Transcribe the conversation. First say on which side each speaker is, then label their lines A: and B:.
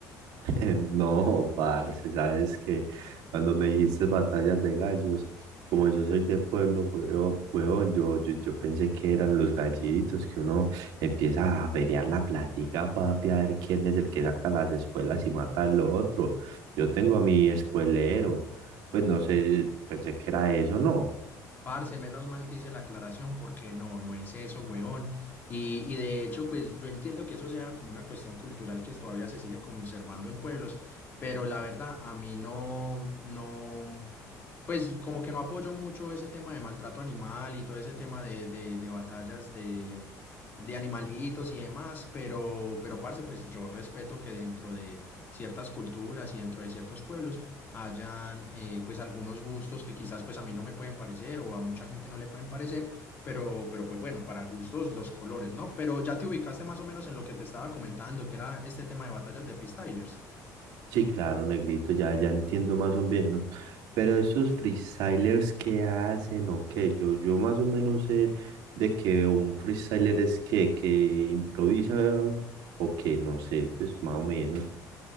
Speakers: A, on the right; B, on the left.
A: <laughs> No, parce, sabes que cuando me dijiste batallas de gallos, como yo soy de pueblo, huevón, huevón, yo, yo, yo pensé que eran los gallitos, que uno empieza a averiar la plática, papi, a ver quién es el que saca las espuelas y mata al otro. Yo tengo a mi espuelero, pues no sé, pensé que era eso, ¿no?
B: Parce, menos mal te hice la aclaración porque no, no es eso, huevón. Y, y de hecho, pues yo entiendo que eso sea como una cuestión cultural que todavía se sigue conservando en pueblos, pero la verdad a mí no, no, pues como que no apoyo mucho ese tema de maltrato animal y todo ese tema de, de, de batallas de, de animalitos y demás, pero, pero parce, pues yo respeto que dentro de ciertas culturas y dentro de ciertos pueblos hayan eh, pues algunos gustos que quizás pues a mí no me pueden parecer o a mucha gente no le pueden parecer, pero, pero pues bueno, para gustos los colores, ¿no? Pero ya te ubicaste más o menos en lo que te estaba comentando, que era este tema de batallas de freestylers.
A: Sí, claro, negrito, ya, ya entiendo más o menos. Pero esos freestylers, ¿qué hacen o qué? Yo, yo más o menos sé de que un freestyler es que, que improvisa o que no sé, pues más o menos.